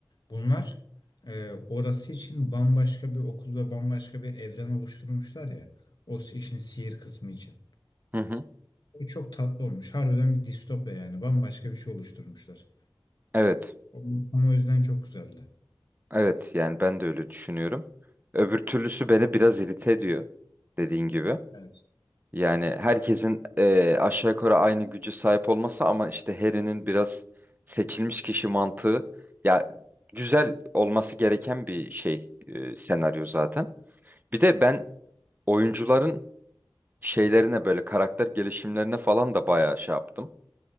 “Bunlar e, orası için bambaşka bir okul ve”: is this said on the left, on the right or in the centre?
Left